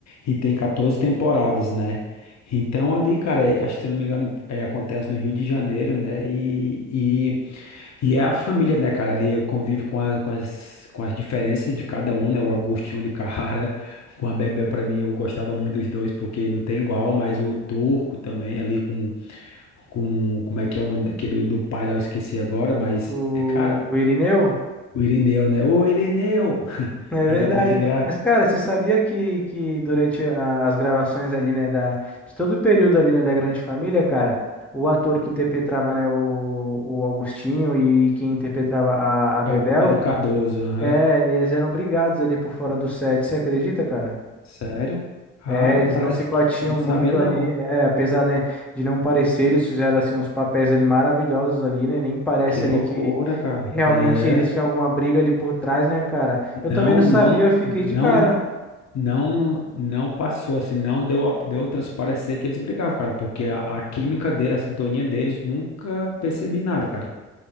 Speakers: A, on the left; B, in the centre.
A: e tem 14 temporadas, né? Então, ali, cara, é- acho que se eu não me engano, é, acontece no Rio de Janeiro, né? E, e, e é a família, né, cara? Ali convive com, a- com as, com as diferenças de cada um, né? O Agostinho de Carrara <laughs> com a Bebel, pra mim, eu gostava muito dos dois, porque não tem igual, mas o Turco também ali com como é que é o nome daquele do pai lá, eu esqueci agora, mas
B: O,
A: é cara,
B: o Irineu?
A: o Irineu, né? Ô Irineu! <laughs>
B: É
A: Era
B: verdade.
A: muito engraçado.
B: Mas, cara, você sabia que, que durante a- as gravações ali, né, da, de todo o período ali, né, da Grande Família, cara, o ator que interpretava, né, o, o Agostinho e quem interpretava a, a Bebel,
A: É o Pedro Cardoso, aham.
B: é, eles eram brigados ali por fora do set, você acredita, cara?
A: Sério? Ah,
B: É, eles
A: parece
B: não se
A: que
B: batiam
A: eu não
B: muito
A: sabia não.
B: ali, é, apesar, né, de não parecer, eles fizeram, assim, uns papéis ali maravilhosos ali, né, nem parece
A: Que loucura,
B: ali que
A: cara.
B: realmente
A: É,
B: eles tinham alguma briga ali por trás, né, cara? Eu
A: não,
B: também não sabia,
A: não,
B: eu fiquei
A: não,
B: de cara.
A: não, não passou assim, não deu a, deu a transparecer que eles brigavam, cara, porque a, a química dele, a sintonia deles, nunca percebi nada, cara.